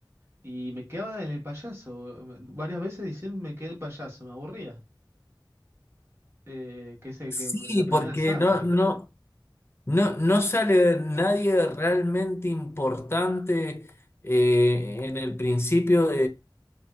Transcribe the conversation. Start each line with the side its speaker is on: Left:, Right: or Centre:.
Right: y me quedaba en el payaso. Varias veces diciendo me quedé el payaso, me aburría. eh, que es el
Left: Sí,
Right: que la primera
Left: porque
Right: saga.
Left: no, no, no, no sale nadie realmente importante eh, en el principio